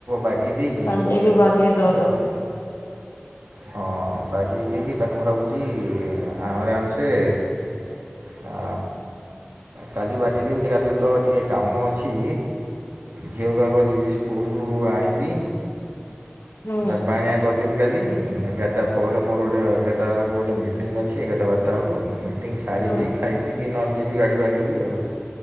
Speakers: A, on the right (about 65°); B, on the left (about 80°).
A: ବାଗେଇ ଦେଇଚି
B: କାଲି ଯାଇକି ବାଗେଇ ଦବ
A: ତାକୁ ହଁ ବାଗେଇ ଦେଇକି ତାକୁ ଭାବୁଛି ଆରାମ ସେ ଆ। କାଲି ବାଗେଇଦବି ତ କାଲି ଯେତେଳେ ଟିକେ କାମ ଅଛି। ଝିଅ କୁଆଗ ଯିବି ସ୍କୁଲ ରୁ ଆଣିବି
B: ହୁଁ
A: ନେବା ଆଣିବା କରିଦେବି। କାଲି ଏଗାରଟା ପରେ ମୋର ଗୋଟେ ଏଗାରଟା ବେଳକୁ ଗୋଟେ ମିଟିଂ ଅଛି ଏଗାରଟା ବାରଟା ବେଳକୁ। ମିଟିଂ ସାରିକି
B: ହୁଁ
A: ଖାଇ ପିଇକି ନହେଲେ ଯିବି ଗାଡ଼ି ବାକେଇବି ଆଉ।